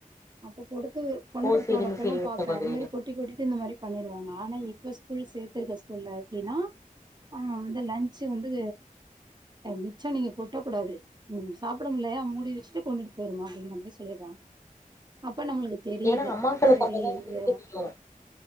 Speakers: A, on the right (about 30°); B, on the left (about 20°).
A: அப்ப குடுத்து கொண்டு
B: ஓ
A: போறப்பல்லா
B: சேரிங்க சேரிங்க
A: பாப்ப
B: சகோதரி
A: இந்த மாரி கொட்டி கொட்டிட்டு இந்த மாரி பண்ணிடுவாங்க ஆனா இப்ப ஸ்கூல் சேர்த்திருக்க ஸ்கூல்ல எப்டின்னா ஆ வந்து லன்ச்சு வந்து மிச்ச நீங்க கொட்டக் கூடாது சாப்ட முடிலயா மூடி வச்சு கொண்டுட்டு போயிருங்க அப்டிங்கற மாதிரி சொல்லிடுறாங்க அப்ப நம்மளுக்கு தெரியுது
B: ஏன்னா அம்மாக்களுக்கு
A: சரி
B: அப்பதா வந்து
A: இது
B: தெரியு